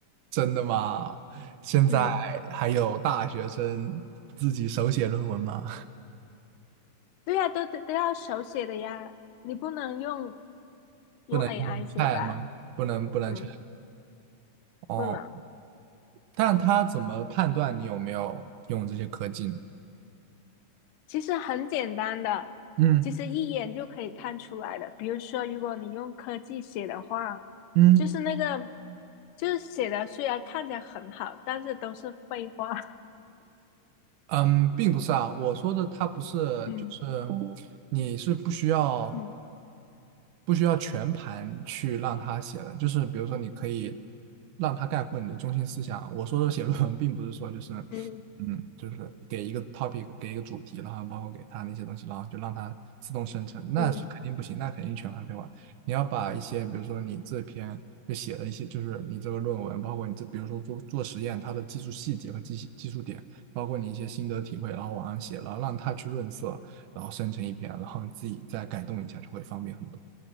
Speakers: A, on the right; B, on the left.
A: 真的吗？现在还有大学生自己手写论文吗？
B: 嗯，对呀，都都都要手写的呀，你不能用
A: <laughs>
B: 用
A: 不能用
B: AI 写吧？
A: Chat 吗？不能不能
B: 嗯，
A: Chat 哦。
B: 不能。
A: 但他怎么判断你有没有用这些科技呢？
B: 其实很简单的，
A: 嗯
B: 其实一眼就可以看出来的。比如说，如果你用科技写的话，
A: 嗯
B: 就是那个，就是写的虽然看起来很好，但是都是废话。<laughs>
A: 嗯，并不是啊，我说的他不是，
B: 嗯
A: 就是你是不需要。
B: 嗯
A: 不需要全盘去让他写的，就是比如说你可以让他概括你的中心思想。我说的写论文，并不是说就是，
B: 嗯
A: 嗯，就是给一个 topic，给一个主题，然后包括给他那些东西，然后就让他自动生成，那是肯定不行，
B: 嗯，
A: 那肯定全盘废话。你要把一些，比如说你这篇就写了一些，就是你这个论文，包括你这，比如说做做实验，它的技术细节和技技术点，包括你一些心得体会，然后往上写，然后让他去润色，然后生成一篇，然后自己再改动一下，就会方便很多。